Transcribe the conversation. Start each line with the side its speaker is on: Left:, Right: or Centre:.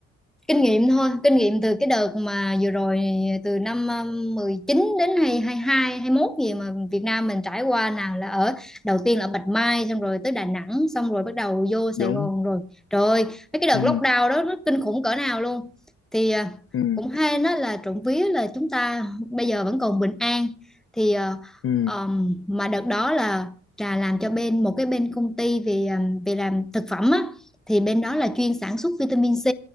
Centre: kinh nghiệm thôi kinh nghiệm từ cái đợt mà vừa rồi từ năm um, 19 đến hay hai hai hai mốt gì mà Việt Nam mình trải qua nào là ở đầu tiên là Bạch Mai xong rồi tới Đà Nẵng xong rồi bắt đầu vô Sài
Left: đúng
Centre: Gòn rồi trời ơi, mấy cái đợt
Left: ừ
Centre: lockdown đó nó kinh khủng cỡ nào luôn thì à,
Left: ừ
Centre: cũng hay nó là trộm vía là chúng ta bây giờ vẫn còn bình an thì à,
Left: ừ
Centre: um, mà đợt đó là trà làm cho bên một cái bên công ty về um, về làm thực phẩm á thì bên đó là chuyên sản xuất vitamin C